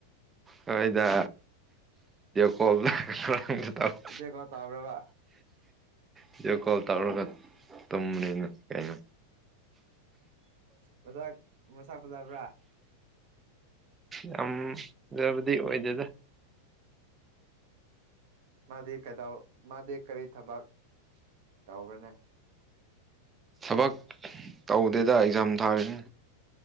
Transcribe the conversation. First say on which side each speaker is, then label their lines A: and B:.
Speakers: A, on the right; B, on the right.
A: ꯍꯣꯏꯗ ꯀꯣꯜ <unintelligible> ꯇꯧ <unintelligible>
B: ꯚꯤꯗꯤꯑꯣ ꯀꯣꯜ ꯇꯧꯕ꯭ꯔꯕ
A: ꯕꯤꯗꯤꯌꫭ ꯀꯣꯜ ꯇꯧꯔꯒ ꯇꯨꯝꯕꯅꯤꯅ ꯀꯩꯅꯣ
B: ꯃꯁꯛ ꯃꯁꯛ ꯐꯖꯕ꯭ꯔꯥ
A: ꯌꯥꯝ ꯐꯖꯕꯗꯤ ꯑꯣꯏꯗꯦꯗ
B: ꯃꯥꯗꯤ ꯀꯗꯧ ꯃꯥꯗꯤ ꯀꯔꯤ ꯊꯕꯛ ꯇꯧꯕ꯭ꯔꯅꯦ
A: ꯊꯕꯛ ꯇꯧꯗꯦꯗ ꯑꯦꯛꯖꯥꯝ ꯊꯥꯔꯤꯅꯤ